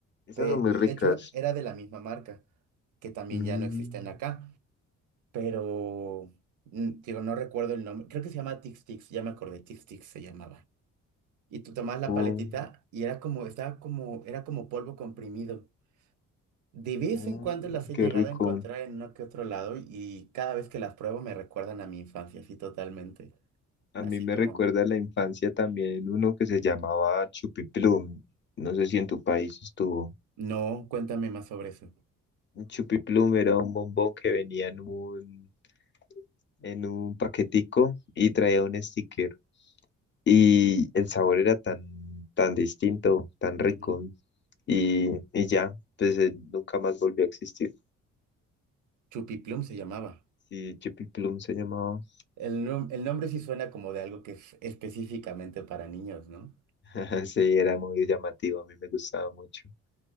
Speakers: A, on the left (about 40°); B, on the right (about 75°).
A: Esas
B: pe-
A: son muy
B: y
A: ricas.
B: de hecho era de la misma marca, que también
A: Mm,
B: ya no existen acá, pero, mm, digo, no recuerdo el nombre, creo que se llama Tix Tix, ya me acordé, Tix Tix se llamaba. Y tú tomabas la
A: Oh,
B: paletita y era como, estaba como, era como polvo comprimido. De vez
A: oh,
B: en cuando las he
A: qué
B: llegado
A: rico.
B: a encontrar en uno que otro lado y cada vez que las pruebo me recuerdan a mi infancia, así totalmente.
A: A
B: Así
A: mí me
B: como,
A: recuerda a la infancia también uno que se llamaba Chupiplum. No sé si en tu país estuvo.
B: no, cuéntame más sobre eso.
A: Un Chupiplum era un bombón que venía en un, en un paquetico y traía un sticker. Y el sabor era tan, tan distinto, tan rico.
B: Ujú.
A: Y, y ya, pues eh, nunca más volvió a existir.
B: Chupiplum se llamaba.
A: Sí, Chupiplum se llamaba.
B: El, nom- el nombre sí suena como de algo que es específicamente para niños, ¿no?
A: <laughs> Sí, era muy llamativo, a mí me gustaba mucho.